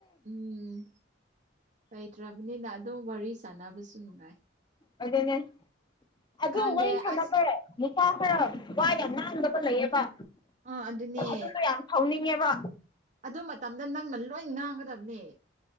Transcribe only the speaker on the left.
ꯑꯗꯨꯗꯅꯦ ꯑꯗꯨ
ꯋꯥꯔꯤ ꯁꯥꯟꯅꯕ
ꯅꯨꯄꯥ ꯈꯔ ꯋꯥꯏ ꯌꯥꯝ ꯃꯥꯡꯕꯒ ꯂꯩꯌꯦꯕ
ꯑꯗꯨꯒ ꯌꯥꯝ ꯁꯥꯎꯅꯤꯡꯉꯦꯕ